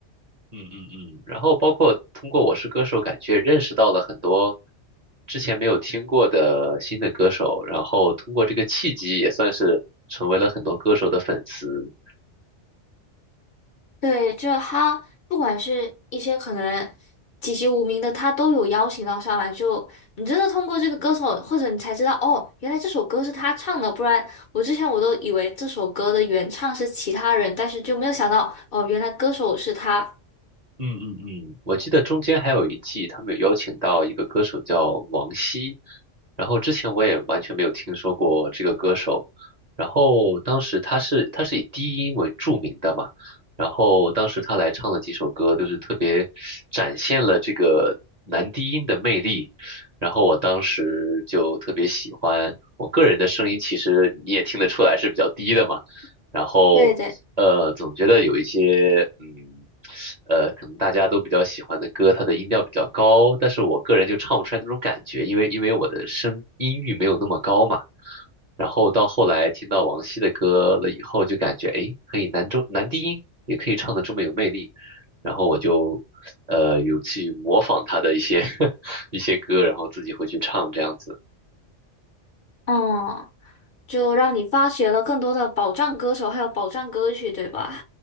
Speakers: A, on the right; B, on the left.
A: 嗯嗯嗯，然后包括通过《我是歌手》，感觉认识到了很多之前没有听过的新的歌手，然后通过这个契机，也算是成为了很多歌手的粉丝。
B: 对，就他不管是一些可能籍籍无名的，他都有邀请到上来就。你真的通过这个歌手，或者你才知道哦，原来这首歌是他唱的，不然我之前我都以为这首歌的原唱是其他人，但是就没有想到哦，原来歌手是他。
A: 嗯嗯嗯，我记得中间还有一季，他们有邀请到一个歌手叫王晰，然后之前我也完全没有听说过这个歌手，然后当时他是他是以低音为著名的嘛，然后当时他来唱的几首歌都是特别展现了这个男低音的魅力，然后我当时就特别喜欢，我个人的声音其实你也听得出来是比较低的嘛。然后呃，
B: 对对。
A: 总觉得有一些，嗯，呃，可能大家都比较喜欢的歌，它的音调比较高，但是我个人就唱不出来那种感觉，因为因为我的声音域没有那么高嘛。然后到后来听到王晰的歌了以后，就感觉诶，可以男中男低音也可以唱的这么有魅力，然后我就呃有去模仿他的一些 <laughs> 一些歌，然后自己会去唱这样子。
B: 嗯，就让你发掘了更多的宝藏歌手，还有宝藏歌曲，对吧？